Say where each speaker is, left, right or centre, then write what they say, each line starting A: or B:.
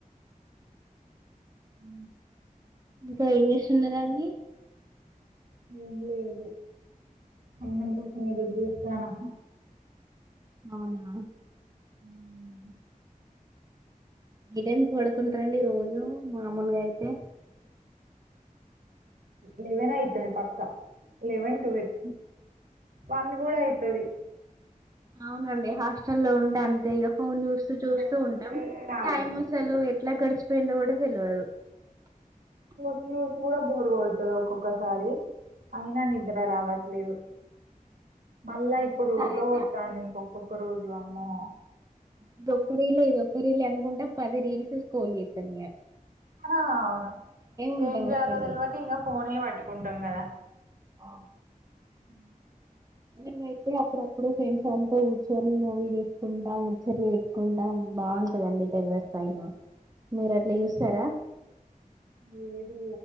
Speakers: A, on the right; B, on the right.
A: ఉ
B: ఇంకా ఏం చేస్తున్నారండి
A: ఏం లేదు అన్నం కోసం ఎదురు చూస్తన్నా
B: అవునా
A: మ్మ్
B: ఈ టైం కొడుకుంటారండి ఈ రోజు మామూలుగా అయితే
A: లెవెన్ యితు పక్క లెవెన్ ట్వెల్ వన్ కూడా అయితది
B: అవునండి హాస్టల్ లో ఉంటే అంతే ఇ న్యూస్ చూస్తూ చూస్తూ
A: అరే నిద్రే
B: ఉంటాం
A: రాదు
B: టైమ్ సలు ఎలా గడిచపోయింద కూడా <unintelligible>
A: ఈజు కూడా బోరు కొడుతుంది ఒక్కొక్కసారి అయినా నిద్ర రావట్లేదు మళ్ళా
B: ఒక్కొక్కసారి
A: ఇప్పుడు ఉడకపోతాను
B: అయితే
A: ఇంకక్కొక్క రోజు వామ్మో
B: ఇదొక్క రీలే ఇదొక్క రీలే అనుకుంటా పది రీల్స్ స్క్రోల్ చేస్తాను ఇగా
A: అవును
B: ఉంటాం
A: ఏం చేయాలిదిల్వాక
B: అసలు
A: ఇంకా ఫోన్యబట్ పెట్టుకుంటాం కదా
B: ఆ
A: ఉ
B: మేమైతే అప్పుడప్పుడు ఫ్రెండ్స్ అంతా కూర్చొని మూవీ చేసుకుంటాం ముచ్చట్లు పెట్టుకుంటాం బాగుంటందండి తెరగ స్థాయిలో మీరు అట్లా చూస్తారా
A: లేదు